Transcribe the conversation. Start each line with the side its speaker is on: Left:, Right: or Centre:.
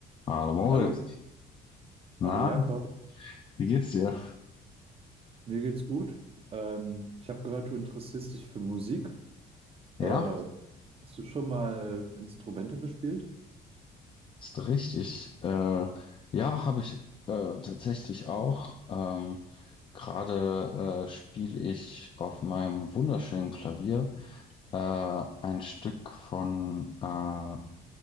Left: Hallo Moritz.
Right: Hallo,
Left: Na,
Right: hallo Jakob,
Left: wie geht's dir?
Right: mir geht's gut. Ähm, ich habe gehört, du interessierst dich für Musik.
Left: Ja,
Right: Äh, hast du schon mal Instrumente gespielt?
Left: ist richtig. Äh, ja, habe ich äh, tatsächlich auch. Ähm, gerade äh, spiele ich auf meinem wunderschönen Klavier äh, ein Stück von äh,